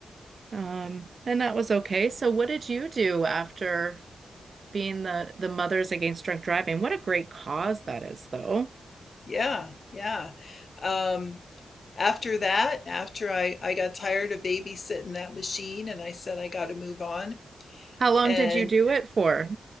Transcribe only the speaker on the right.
Um, and that was okay. So what did you do after being the the Mothers Against Drunk Driving? What a great cause that is, though.
How long
did you do it for?